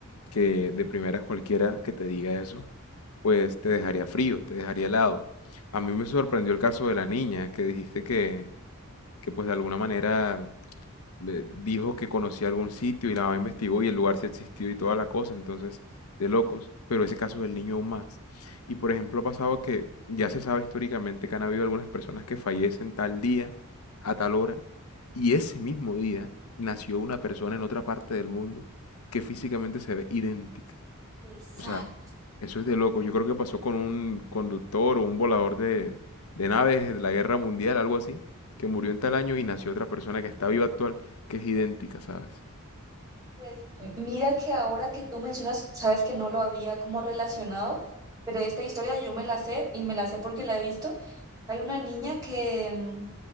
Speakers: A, on the left; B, on the right.
A: que de primeras cualquiera que te diga eso, pues te dejaría frío, te dejaría helado. A mí me sorprendió el caso de la niña que dijiste que, que pues de alguna manera eh, dijo que conocía algún sitio y la mamá investigó y el lugar sí existió y toda la cosa, entonces de locos, pero ese caso del niño aún más. Y por ejemplo ha pasado que ya se sabe históricamente que han habido algunas personas que fallecen tal día, a tal hora, y ese mismo día nació una persona en otra parte del mundo que físicamente se ve idéntica.
B: Exacto.
A: O sea, eso es de loco. Yo creo que pasó con un conductor o un volador de, de naves de la Guerra Mundial, algo así, que murió en tal año y nació otra persona que está viva actual, que es idéntica, ¿sabes?
B: Pues m- mira que ahora que tú mencionas, sabes que no lo había como relacionado, pero esta historia yo me la sé y me la sé porque la he visto. Hay una niña que, mm,